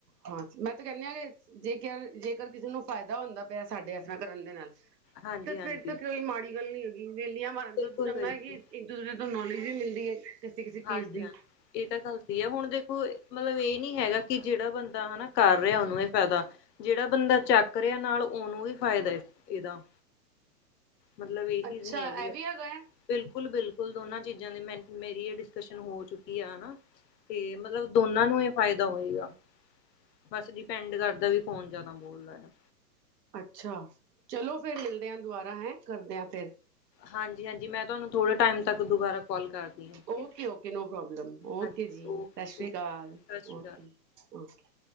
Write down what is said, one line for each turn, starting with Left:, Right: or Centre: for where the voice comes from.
Right: ਹਾਂ ਮੈਂ ਤੇ ਕਹਿੰਦੀ ਹਾਂ ਕਿ ਜੇਕਰ ਜੇਕਰ ਕਿਸੇ ਨੂੰ ਫਾਇਦਾ ਹੁੰਦਾਂ ਪਿਆ। ਸਾਡੇ ਇਸ ਤਰ੍ਹਾਂ ਕਰਨ ਦੇ ਨਾਲ।
Left: ਹਾਂਜੀ
Right: ਤੇ
Left: ਹਾਂਜੀ
Right: ਫੇਰ ਤੋਂ ਕੋਈ ਮਾੜੀ ਗੱਲ ਨੀ ਹੈਗੀ। ਵੇਲੀਆਂ ਮਾਰਨ ਤੋਂ
Left: ਬਿਲਕੁਲ
Right: ਚੰਗਾ
Left: ਬਿਲਕੁਲ
Right: ਹੈ‌ ਕਿ ਇੱਕ ਦੂਸਰੇ ਤੋਂ ਨੌਲੇਜ ਵੀ ਮਿਲ਼ਦੀ ਐ। ਕਿਸੇ ਕਿਸੀ
Left: ਹਾਂਜੀ
Right: ਚੀਜ਼ ਦੀ।
Left: ਹਾਂ ਇਹ ਤਾਂ ਗੱਲ ਸਹੀ ਹੈ ਹੁਣ ਦੇਖੋ ਮੱਤਲਬ ਇਹ ਨੀ ਹੈਗਾ। ਕਿ ਜਿਹੜਾ ਬੰਦਾ ਹਨਾ ਕਰ ਰਿਹਾ ਉਹਨੂੰ ਵੀ ਫ਼ਾਇਦਾ। ਜਿਹੜਾ ਬੰਦਾ ਚੱਕ ਰਿਹਾ ਨਾਲ ਉਹਨੂੰ ਵੀ ਫ਼ਾਇਦਾ ਇਸ ਇਹਦਾ। ਮਤਲਬ ਇਹ ਚੀਜ਼
Right: ਅੱਛਾ
Left: ਨਹੀਂ ਹੈਗੀ
Right: ਐਵੀ ਹੈਗਾ
Left: ਬਿਲਕੁਲ ਬਿਲਕੁਲ ਦੋਨਾਂ ਚੀਜ਼ਾਂ ਦੀ ਮ ਮੇਰੀ ਇਹ ਡਿਸਕਸਨ ਹੋ ਚੁੱਕੀ ਆ ਹਨਾ। ਫੇਰ ਮੱਤਲਬ ਦੋਨਾਂ ਨੂੰ ਹੀ ਫ਼ਾਇਦਾ ਹੋਏਗਾ। ਬਸ ਡਿਪੈਂਡ ਕਰਦਾ ਵੀ ਕੋਣ ਜ਼ਿਆਦਾ ਬੋਲਦਾ ਆ।
Right: ਅੱਛਾ, ਚਲੋਂ ਫ਼ਿਰ ਮਿਲ਼ਦੇ ਹਾਂ ਦੁਬਾਰਾ ਹੈ ਕਰਦੇਂ ਆਂ ਫ਼ਿਰ,
Left: ਹਾਂਜੀ, ਹਾਂਜੀ ਮੈਂ ਤੁਹਾਂਨੂੰ ਥੋੜੇ ਟਾਈਮ ਤੱਕ ਦੁਬਾਰਾ। ਕੋਲ ਕਰਦੀ ਹਾਂ। ਠੀਕ
Right: ਓਕੇ,
Left: ਹੈ।
Right: ਓਕੇ ਨੋ ਪ੍ਰੋਬਲਮ, ਓਕੇ
Left: ਹਾਂਜੀ
Right: ਜੀ
Left: ਓਕੇ
Right: ਸਤਿ ਸ਼੍ਰੀ
Left: ਓਕੇ
Right: ਅਕਾਲ,
Left: ਸਤਿ ਸ਼੍ਰੀ
Right: okay
Left: ਅਕਾਲ।
Right: Okay,